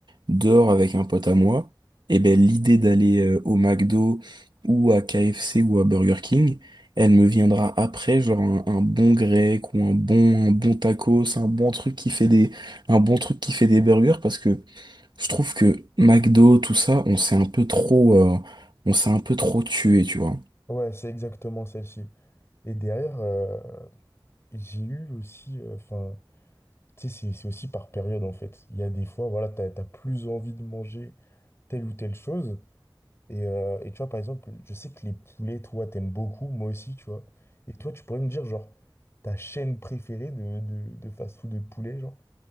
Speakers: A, on the right; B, on the left.
A: dehors avec un pote à moi, eh ben, l'idée d'aller euh, au McDo ou à KFC ou à Burger King, elle me viendra après, genre un, un bon grec ou un bon, un bon tacos, un bon truc qui fait des, un bon truc qui fait des burgers, parce que je trouve que McDo, tout ça, on s'est un peu trop, euh, on s'est un peu trop tué, tu vois.
B: Ouais, c'est exactement celle-ci. Et derrière, euh, j'ai eu aussi, euh, enfin, tu sais, c'est c'est aussi par période, en fait. Il y a des fois, voilà, t'as, t'as plus envie de manger telle ou telle chose. Et, euh, et tu vois, par exemple, je sais que les poulets, toi, t'aimes beaucoup, moi aussi, tu vois. Et toi, tu pourrais me dire, genre, ta chaîne préférée de, de, de fast-food de poulet, genre?